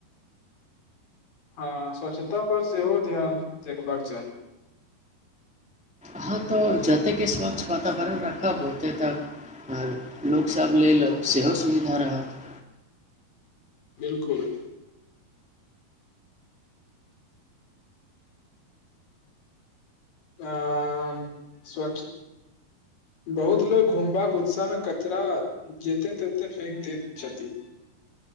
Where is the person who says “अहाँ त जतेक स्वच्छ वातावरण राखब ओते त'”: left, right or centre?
Centre